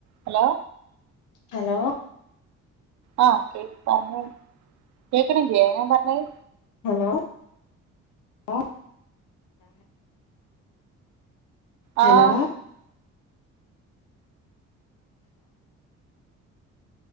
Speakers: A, on the right (about 70°); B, on the left (about 80°).
A: ഹലോ
B: ഹലോ
A: ആഹ കേ പറഞ്ഞോ കേക്കണം ചെയ്യ ഞാൻ പറഞ്ഞത്
B: ഹലോ ആ
A: ആഹ്
B: ഹലോ